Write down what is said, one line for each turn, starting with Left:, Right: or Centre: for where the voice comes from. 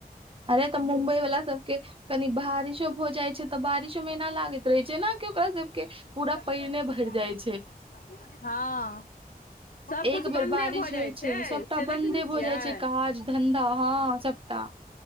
Right: अरे तऽ मुम्बई वला सबके कनि भारिशो भऽ जाइ छै तऽ बारिशोमे एना लागैत रहै छै न के ओकरा सबके पूरा
Left: हँ
Right: पइने भइर जाइ छै।
Left: सबकुछ
Right: एक
Left: बन्दे
Right: बेर बारिश
Left: भऽ जाइ
Right: होइ
Left: छै
Right: सबटा
Left: से
Right: बन्दे
Left: देखै नहि छियै
Right: भऽ जाइ छै काज-धंधा हँ सबटा।